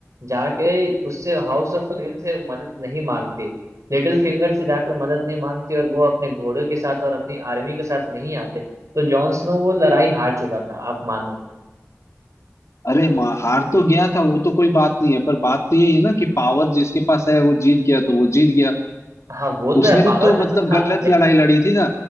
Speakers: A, on the right; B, on the left.
A: जाके उससे हाउस ऑफ फ्लेम से मदद नहीं मांगती लिटिल फिंगर से जाकर मदद नहीं मांगती और वो अपने घोड़े के साथ और अपनी आर्मी के साथ नहीं आते तो जॉन स्नो वो लड़ाई हार चुका था आप मानो
B: अरे माँ हार तो गया था वो तो कोई बात नहीं है पर बात तो यही है ना कि पावर जिसके पास है वो जीत गया तो वो जीत गया
A: हाँ वो
B: उसने
A: तो है पावर
B: भी तो
A: में
B: मतलब
A: तो था
B: गलत
A: लेकिन
B: लड़ाई लड़ी थी ना